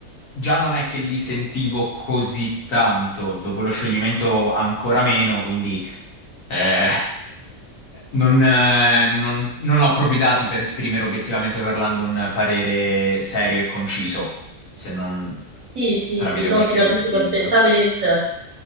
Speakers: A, on the left (about 70°); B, on the right (about 70°).
A: già non è che li sentivo così tanto, dopo lo scioglimento ancora meno, quindi. Eh, non, eh, non- non ho proprio i dati per esprimere obiettivamente parlando un parere serio e conciso, se non
B: Sì, sì,
A: tramite
B: sì, no,
A: qualche
B: ti capisco
A: stimolo.
B: perfettamente.